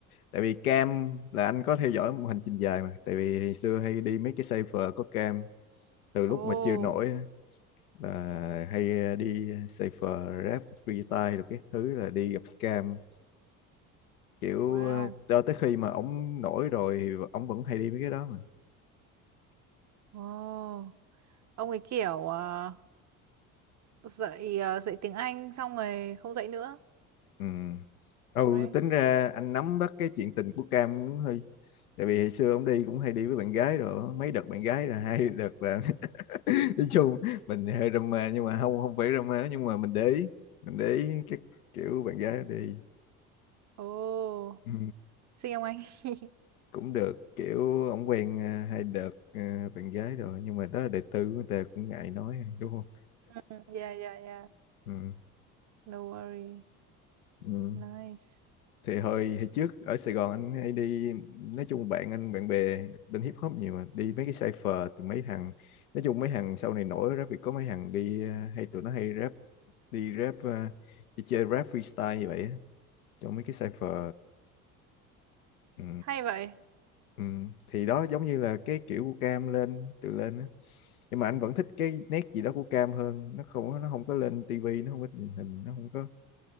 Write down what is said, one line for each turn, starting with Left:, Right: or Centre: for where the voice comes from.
Left: tại vì Cam là anh có theo dõi một hành trình dài mà tại vì hồi xưa hay đi mấy cái cipher có Cam từ lúc
Right: oh
Left: mà chưa nổi á, là hay đi cipher rap freestyle được cái thứ là đi gặp Cam kiểu
Right: wow
Left: ờ, cho tới khi mà ổng nổi rồi thì ổng vẫn hay đi mấy cái đó mà
Right: oh ông ấy kiểu à, dạy à, dạy tiếng Anh xong rồi không dạy nữa
Left: ừ. ừ
Right: right
Left: tính ra anh nắm bắt cái chuyện tình của Cam cũng hơi tại vì hồi xưa ổng đi cũng hay đi với bạn gái rồi á, mấy đợt bạn gái là <laughs> hai đợt là <laughs> nói chung mình hơi drama nhưng mà không không phải drama nhưng mà mình để ý mình để ý các kiểu bạn gái đi
Right: oh
Left: ừ.
Right: xin ông anh <laughs>
Left: cũng được kiểu ổng quen ờ, hai đợt ờ, bạn gái rồi nhưng mà đó là đời tư của người ta cũng ngại nói đúng không
Right: Ừ, yeah yeah yeah
Left: ừ.
Right: no worry
Left: Ừ.
Right: nice
Left: thì hồi hồi trước ở Sài Gòn anh hay đi nói chung bạn anh bạn bè bên hip hop nhiều mà đi mấy cái cypher từ mấy thằng nói chung mấy thằng sau này nổi rap thì có mấy thằng đi ờ, hay tụi nó hay rap đi rap ờ, đi chơi rap freestyle như vậy á, trong mấy cái cypher ừ.
Right: hay vậy
Left: Ừ. Thì đó giống như là cái kiểu của Cam lên từ lên á. Nhưng mà anh vẫn thích cái nét gì đó của Cam hơn nó không nó không có lên tivi nó không có truyền hình nó không có